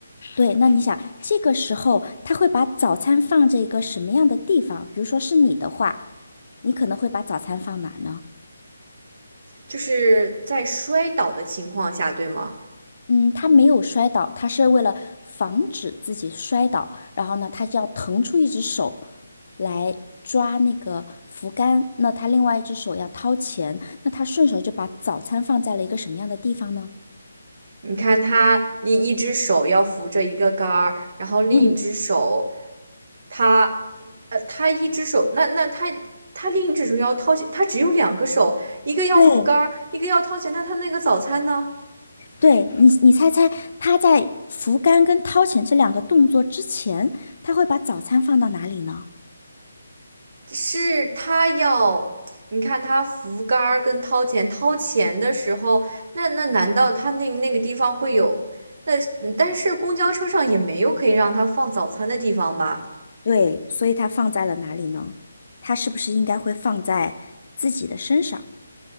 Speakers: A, on the left (about 55°); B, on the right (about 50°).
A: 对，那你想，这个时候他会把早餐放在一个什么样的地方？比如说是你的话，你可能会把早餐放哪儿呢？
B: 就是在摔倒的情况下，对吗？
A: 嗯，他没有摔倒，他是为了防止自己摔倒，然后呢，他就要腾出一只手来抓那个扶杆，那他另外一只手要掏钱，那他顺手就把早餐放在了一个什么样的地方呢？
B: 你看他，你一只手要扶着一个杆儿，然后另一只手，
A: 嗯，
B: 他，呃，他一只手，那那他他另一只手要掏钱，他只有两个手，一个要扶杆儿，
A: 对，
B: 一个要掏钱，那他那个早餐呢？
A: 对你，你猜猜他在扶杆跟掏钱这两个动作之前，他会把早餐放到哪里呢？
B: 是他要，你看他扶杆儿跟掏钱，掏钱的时候，那那难道他那那个地方会有？那但是公交车上也没有可以让他放早餐的地方吧？
A: 对，所以他放在了哪里呢？他是不是应该会放在自己的身上？